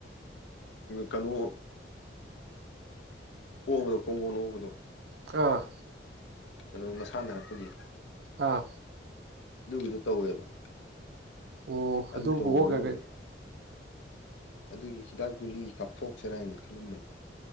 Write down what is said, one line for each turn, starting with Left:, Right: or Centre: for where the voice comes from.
Left: ꯀꯩꯅꯣ ꯑꯣꯕꯗꯣ ꯀꯣꯡꯒꯣꯟ ꯑꯣꯕꯗꯣ
Right: ꯈ꯭ꯔ
Left: ꯀꯩꯅꯣ ꯃꯁꯥꯟꯅꯔꯛꯄꯒꯤ
Right: ꯑꯥ
Left: ꯑꯗꯨꯒꯤꯗꯣ ꯇꯧꯋꯦꯕ
Right: ꯑꯣ
Left: ꯑꯗꯨ
Right: ꯑꯗꯨꯕꯨ
Left: ꯇꯧꯕꯅꯤꯅ
Right: ꯋꯣꯒꯒꯩ
Left: ꯑꯗꯨꯒꯤ ꯍꯤꯗꯥꯛ ꯒꯨꯂꯤ ꯀꯥꯞꯊꯣꯛꯁꯔꯥ ꯍꯥꯏꯅ ꯈꯜꯂꯝꯕꯅꯤ